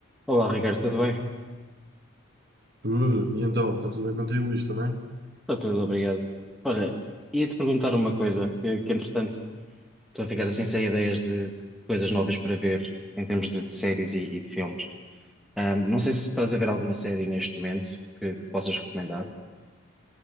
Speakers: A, in the centre; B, on the right.
A: Olá, Ricardo, tudo bem?
B: Tudo. E então, está tudo bem contigo, Luís, também?
A: Está tudo, obrigado. Olha, ia-te perguntar uma coisa, que, que, entretanto estou a ficar assim sem ideias de, de coisas novas para ver em termos de, de séries e, e de filmes. Ahm, não sei se estás a ver alguma série neste momento que, que possas recomendar.